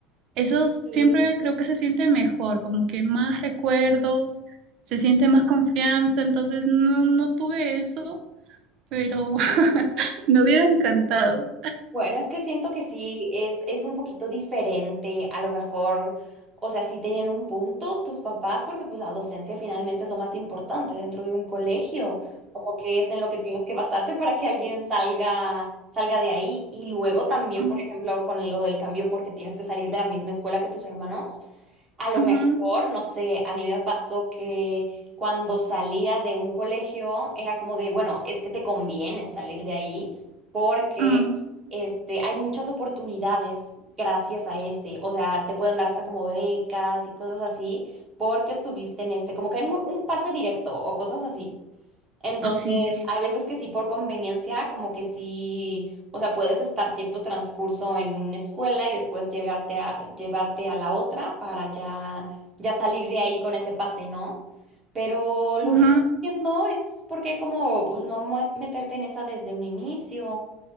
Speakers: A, on the right; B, on the right.
A: eso siempre
B: Sí.
A: creo que se siente mejor, como que más recuerdos, se siente más confianza, entonces no, no tuve eso, pero <laughs> me hubiera encantado.
B: Bueno, es que siento que sí, es, es un poquito diferente. A lo mejor, o sea, sí tenían un punto tus papás, porque pues la docencia finalmente es lo más importante dentro de un colegio, como que es en lo que tienes que basarte para que alguien salga, salga de ahí. Y luego también,
A: Mm,
B: por ejemplo, con lo del cambio porque tienes que salir de la misma escuela que tus hermanos. A lo
A: ujú,
B: mejor, no sé, a mí me pasó que cuando salía de un colegio era como de, bueno, es que te conviene salir de ahí porque
A: mm,
B: este, hay muchas oportunidades gracias a ese. O sea, te pueden dar hasta como becas y cosas así porque estuviste en este, como que hay mu- un pase directo o cosas así. Entonces,
A: Sí, sí.
B: hay veces que sí por conveniencia, como que sí, o sea, puedes estar cierto transcurso en una escuela y después llegarte a, llevarte a la otra para ya, ya salir de ahí con ese pase, ¿no? Pero lo
A: ujú.
B: que no entiendo es por qué como, pues no mue- meterte en esa desde un inicio